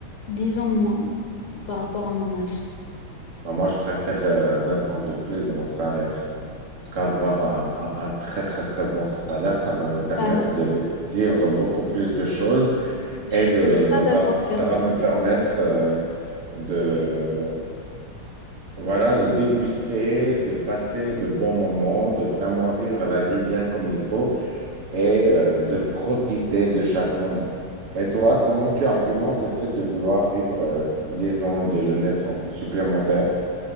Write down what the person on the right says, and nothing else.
Bah, moi, je préfère euh, 20 ans de plus de mon salaire. Parce qu'avoir un, un- un très, très, très bon salaire, ça va me permettre
de vi- vivre beaucoup plus de choses
et
de, me
fa-
ça va me permettre euh, de, voilà, de déguster, de passer de bons moments, de vraiment vivre la vie bien comme il faut et euh, de profiter de chaque moment. Et toi, comment tu argumentes le fait de vouloir vivre euh, 10 ans de jeunesse en- supplémentaire?